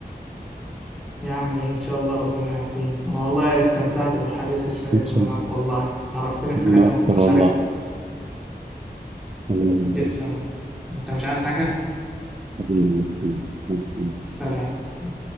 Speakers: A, in the centre; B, on the right.
A: يا عم ان شاء الله ربنا يعافينا انا والله استمتعت بالحديث الشيق
B: إن شاء
A: ده معاك
B: الله.
A: والله عرفتني بحاجات
B: ربنا
A: انا
B: أكتر
A: ما كنتش عارفها
B: والله حبيبي،
A: تسلم انت مش عايز حاجه
B: حبيبي، حبيبي، حبيبي.
A: سلام